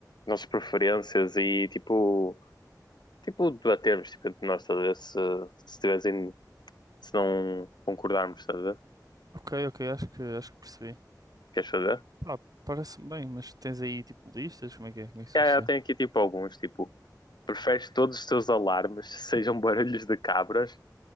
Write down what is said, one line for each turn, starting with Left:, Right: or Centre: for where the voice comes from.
Left: nossas preferências e, tipo, tipo, debatermos, tipo, entre nós, estás a ver? Se, se tivessem, se não concordarmos, estás a ver?
Right: Ok, ok, acho que, acho que percebi.
Left: Queres fazer?
Right: Pá, parece-me bem, mas tens aí tipo listas? Como é que é? Como é que isso
Left: É,
Right: funciona?
Left: tem aqui, tipo, alguns, tipo, preferes todos os teus alarmes <laughs> sejam barulhos de cabras